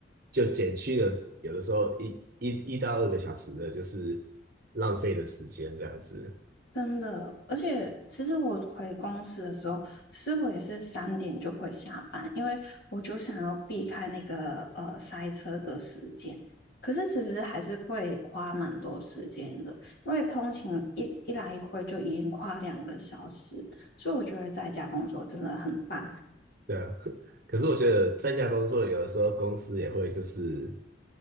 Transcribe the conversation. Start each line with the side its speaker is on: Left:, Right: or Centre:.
Right: 就减去了有的时候一一一到二个小时的，就是浪费的时间这样子。
Left: 真的。而且其实我回公司的时候，其实我也是三点就会下班，因为我就想要避开那个呃塞车的时间。可是其实还是会花蛮多时间的，因为通勤一一来一回就已经花两个小时，所以我觉得在家工作真的很棒。
Right: 对啊，<laughs> 可是我觉得在家工作有的时候公司也会就是